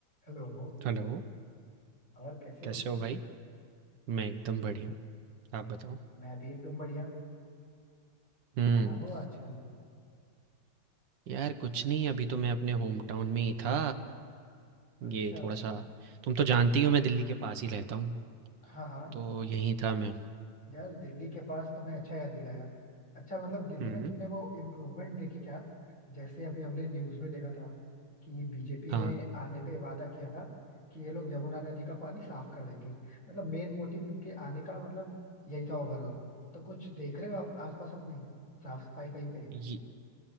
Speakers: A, on the left; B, on the right.
A: Hello
B: Hello,
A: और कैसे हो
B: कैसे हो भाई? मैं एकदम बढ़िया हूँ, आप बताओ?
A: मैं भी एकदम बढ़िया
B: हुँ,
A: कहाँ हो आजकल
B: यार कुछ नहीं अभी तो मैं अपने होम टाउन में ही था,
A: अच्छा
B: ये थोड़ा-सा तुम तो जानती ही हो मैं दिल्ली के पास ही रहता हूँ,
A: हाँ हाँ
B: तो यहीं था मैं।
A: यार दिल्ली के पास तुमने अच्छा याद दिलाया अच्छा मतलब दिल्ली
B: हुँ,
A: में तुमने वो इम्प्रूवमेंट देखी क्या जैसे अभी हमने न्यूज में देखा था कि बीजेपी
B: हाँ,
A: ने आने पे वादा किया था कि ये लोग यमुना नदी का पानी साफ कर देंगे मतलब मेन मोटिव इनके आने का मतलब यही था ओवरऑल तो कुछ देख रहे हो आप आसपास अपने साफ सफाई कहीं पे
B: ये